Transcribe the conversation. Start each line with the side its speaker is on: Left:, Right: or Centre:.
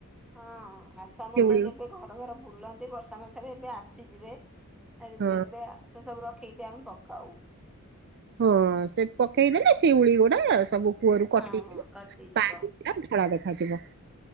Centre: ହଁ ଆଶା ମାନେ
Right: ଶିଉଳି
Centre: ଯେବେ ଘର ଘର। ବୁଲନ୍ତି ବର୍ଷା ମାସରେ ଏବେ ଆସିଯିବେ । ଆ ଯଦି
Right: ହଁ
Centre: ଦେବେ ସେ ସବୁ ର । ପକେଇବି ଆମେ ପ କାଉ ।
Right: ହଁ ସେ ପକେଇଦେଲେ ସିଉଳି ଗୁଡା ସବୁ କୂଅରୁ
Centre: ହଁ
Right: କଟିଯିବ
Centre: କଟିଯିବ
Right: ପାଣି ପୁର ଧଳା ଦେଖା । ଖା ଯିବ ।